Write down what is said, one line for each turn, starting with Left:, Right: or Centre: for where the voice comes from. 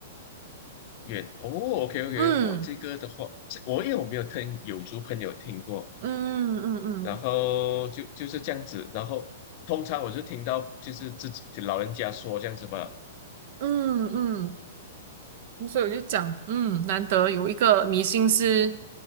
Left: 远哦，OK OK，
Right: 嗯
Left: 我这个的话，这我因为我没有听有族朋友听过，
Right: 嗯嗯嗯
Left: 然后就就是这样子，然后通常我是听到就是自己就老人家说这样子吧，
Right: 嗯嗯，所以我就讲，嗯，难得有一个迷信是